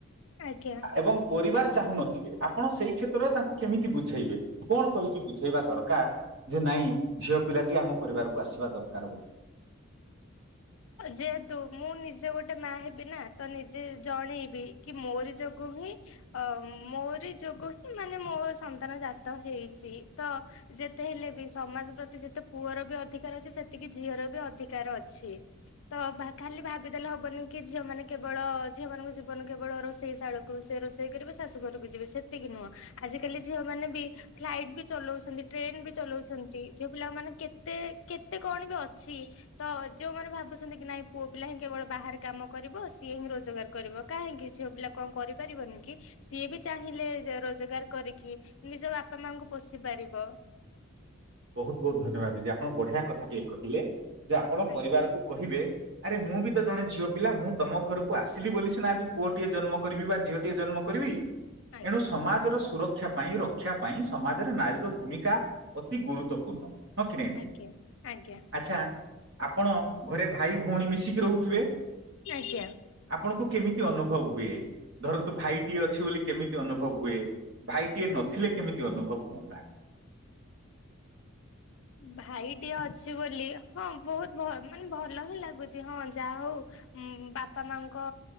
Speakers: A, on the left (about 65°); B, on the right (about 55°).
A: ଆଜ୍ଞା
B: ଏବଂ ପରିବାର ଚାହୁଁ ନଥିବେ ଆପଣ ସେଇ କ୍ଷେତ୍ରରେ ତାଙ୍କୁ କେମିତି ବୁଝେଇବେ କଣ କହିକି? ବୁଝେଇବା ଦରକାର ଯେ ନାଇଁ ଝିଅ ପିଲାଟି ଆମ ପରିବାରକୁ ଆସିବା ଦରକାର ବୋଲି
A: ଯେହେତୁ ମୁଁ ନିଜେ ଗୋଟେ ମା ହେବି ନା ତ ନିଜେ ଜଣେଇବି କି ମୋରି ଯୋଗୁ ହିଁ ମୋରି ଯୋଗୁ ହିଁ ମାନେ ମୋ ସନ୍ତାନ ଜାତ ହେଇଛି ତ ଯେତେ ହେଲେ ବି ସମାଜ ପ୍ରତି ଯେତେ ପୁଅର ବି ଅଧିକାର ଅଛି ସେତିକି ଝିଅର ବି ଅଧିକାର ଅଛି । ତ ଖାଲି ଭାବିଦେଲେ ହବନି କି ଝିଅ ମାନ କେବଳ ଝିଅ ମାନଙ୍କୁ ଜୀବନ କେବଳ ରୋଷେଇ ଶାଳକୁ ସେ ରୋଷେଇ କରିବେ ଶାଶୁ ଘରକୁ ଯିବେ ସେତିକି ନୁହଁ ଆଜିିକାଲି ଝିଅ ମାନେ ବି ଫ୍ଲାଇଟ ବି ଚଲାଉଛନ୍ତି ଟ୍ରେନ ବି ଚଲାଉଛନ୍ତି ଝିଅ ପିଲାମାନେ କେତେ କେତେ କଣ ବି ଅଛି ତ ଯଉମାନେ ଭାବୁ ବୁଛନ୍ତି କି ନାଇଁ ପୁଅ ପିଲା ହିଁ କେବଳ ବାହାରେ କାମ କରିବ ସିଏ ହିଁ ରୋଜଗାର କରିବ କାହିଁକି ଝିଅ ପିଲା କଣ କରିପାରିବନି କି ସିଏ ବି ଚାହିଁଲେ ରୋଜଗାର କରିକି ନିଜ ବାପା ମାଙ୍କୁ ପୋଷି ପାରିବ ।
B: ବହୁତ ବହୁତ ଧନ୍ୟବାଦ ଦିଦି ଆପଣ ବଢିଆ କଥା ଟିକେ କହିଲେ । ଯେ ଆପଣ ପରିବାର
A: ଆଜ୍ଞା
B: କୁ କହିବେ ଆରେ ମୁଁ ବି ତ ଜଣେ ଝିଅ ପିଲା ମୁଁ ତମ ଘରକୁ ଆସିଲି ବୋଲି ସିନା ଆଜି ପୁଅ ଟିଏ ଜନ୍ମ କରିବି ବା ଝିଅ ଟିଏ ଜନ୍ମ କରିବି ।
A: ଆଜ୍ଞା
B: ଏଣୁ ସମାଜର ସୁରକ୍ଷା ପାଇଁ ରକ୍ଷା ପାଇଁ ସମାଜରେ ନାରୀର ଭୂମିକା ଅତି ଗୁରୁତ୍ୱପୂର୍ଣ୍ଣ । ହ କି ନହିଁ ଦିଦି
A: ଆଜ୍ଞା ଆଜ୍ଞା
B: ଆଚ୍ଛା ଆପଣ ଘରେ ଭାଇ ଭଉଣୀ ମିଶିକି ରହୁଥିବେ ।
A: ଆଜ୍ଞା ।
B: ଆପଣଙ୍କୁ କେମିତି ଅନୁଭବ ହୁଏ ଧରନ୍ତୁ ଭାଇଟିଏ ଅଛି ବୋଲି କେମିତି ଅନୁଭବ ହୁଏ ଭାଇଟିଏ ନଥିଲେ କେମିତି ଅନୁଭବ ହୁଅନ୍ତା ।
A: ଭାଇଟିିକେ ଅଛି ବୋଲି ହଁ ବହୁତ ମାନେ ଭଲ ହିଁ ଲାଗୁଛି ହଁ ଯାହା ହଉ ବାପା ମାଙ୍କ